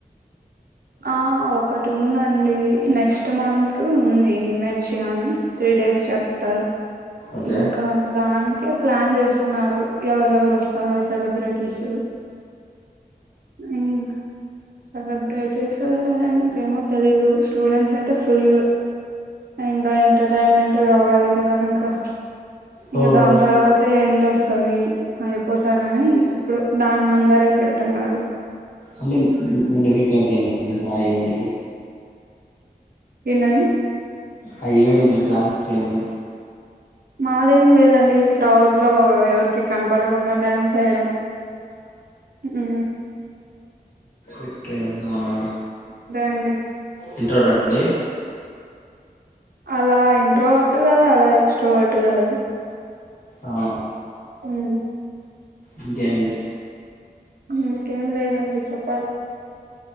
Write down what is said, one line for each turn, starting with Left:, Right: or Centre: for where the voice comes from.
Right: ఆ ఒకటి ఉందండి నెక్స్ట్ మంత్ ఉంది ఇన్వెన్షియా అని త్రీ డేస్ చెప్తారు
Left: ఓకే
Right: ఇంకా దానికి యత్ ప్లాన్ చేస్తున్నారు ఎవరెవరు వస్తారు సెలబ్రిటీస్ ఇం సెలబ్రె బ్రిటిస్ ఇంకేమో తెలీదు స్టూడెంట్స్ అయితే ఫుల్ ఇంకా ఎంటర్టైన్మెంట్ కావాలి కదా ఇంకా ఇంక
Left: అవును
Right: దాని తర్వాతే ఎండ్ వస్తు వస్తది అయిపోతారని ఇప్పుడు దాని ముందరే పెడుతున్నారు
Left: అంటే మీ- అంటే మేం ప్లాన్స్ ఏమండి ఆ ఈవెంట్ కి
Right: ఏందండి
Left: ఆ ఈవెంట్కి మీ ప్లాన్స్ ఏంది
Right: మాదేం లేదండి క్రౌడ్ లో ఎవరికి కనపడకుండా డ్యాన్స్ వేయడం ఊ
Left: ఓకే అవునా
Right: అండి
Left: ఇంట్రోడర్ట్ లే
Right: అలా ఇంట్రోవర్ట్ కాదు అలా ఎక్స్ట్రోవర్టు కాదు
Left: అవును
Right: ఉ
Left: ఇంకే అండి
Right: ఇంకేం లేదండి చెప్పాలి